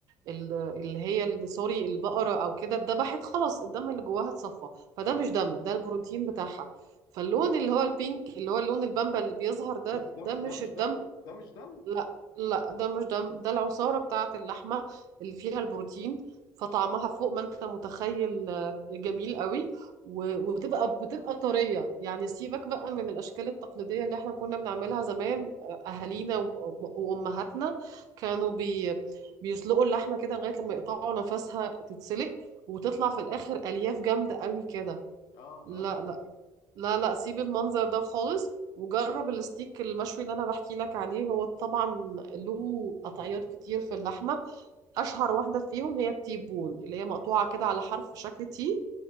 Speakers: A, on the right (about 65°); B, on the left (about 85°).
A: ال اللي هي ال- سوري البقره او كده اتذبحت خلاص الدم اللي جواها اتصفى فده مش دم ده البروتين بتاعها فاللون اللي هو البينك اللي هو اللون البامبا اللي بيظهر ده
B: دم دم
A: ده مش
B: ده مش
A: الدم
B: دم ده مش دم
A: لا لا ده مش ده ده العصارة بتاعة اللحمة اللي فيها البروتين فطعمها فوق ما انت متخيل آه، جميل قوي و- وبتبقى بتبقى طرية يعني سيبك بقى من الأشكال التقليدية اللي احنا كنا بنعملها زمان آه، أهالينا وأم- وأمهاتنا كانوا بي بيسلقوا اللحمة كده لغاية لما يقطعوا نفسها تتسلق وتطلع في الآخر ألياف جامدة قوي كده
B: اه
A: لا
B: اه
A: لا لا لا سيب المنظر ده خالص وجرب الستيك المشوي اللي انا بحكي لك عليه هو طبعا له قطعيات كتير في اللحمه اشهر واحده فيهم هي التيبون اللي هي مقطوعه كده على حرف شكل تي